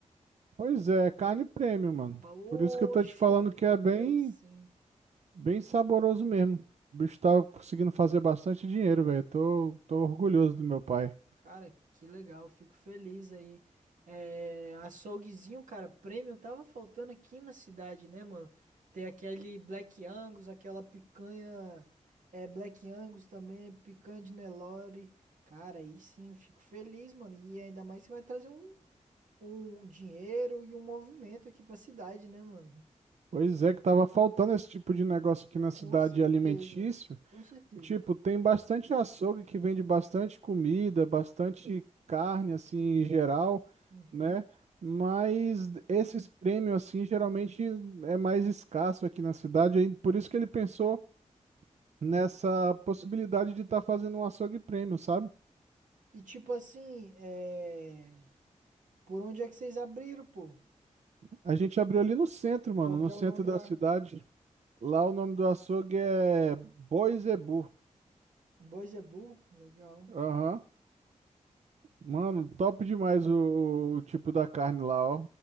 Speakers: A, on the right; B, on the right.
A: Pois é, é carne premium, mano.
B: Poxa
A: Por isso que eu tô te falando que
B: vida,
A: é bem,
B: aí sim.
A: bem saboroso mesmo. O bicho tá conseguindo fazer bastante dinheiro, velho. Tô, tô orgulhoso do meu pai.
B: Cara, que legal, fico feliz aí. É, açouguezinho, cara, premium tava faltando aqui na cidade, né, mano? Tem aquele Black Angus, aquela picanha, é, Black Angus também, picanha de Nelore. Cara, aí sim, fico feliz, mano. E ainda mais você vai trazer um, um dinheiro e um movimento aqui pra cidade, né, mano?
A: Pois é, que tava faltando esse tipo de negócio aqui na
B: Com
A: cidade
B: certeza,
A: alimentício.
B: com certeza.
A: Tipo, tem bastante açougue que vende bastante comida, bastante carne, assim, em geral,
B: Uhum.
A: né? Mas esses prêmios, assim, geralmente é mais escasso aqui na cidade, aí por isso que ele pensou nessa possibilidade de estar fazendo um açougue prêmio, sabe?
B: E tipo assim, é... por onde é que vocês abriram, pô?
A: A gente abriu ali no centro, mano,
B: Qual que
A: no
B: é
A: centro
B: o nome
A: da
B: lá?
A: cidade. Lá o nome do açougue é Boi Zebu.
B: Boisebu, legal.
A: Aham. Mano, top demais o, o tipo da carne lá, ó.